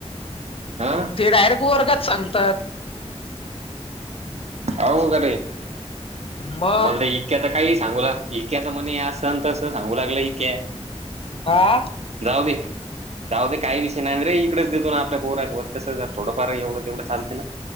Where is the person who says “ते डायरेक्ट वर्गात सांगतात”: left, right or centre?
Left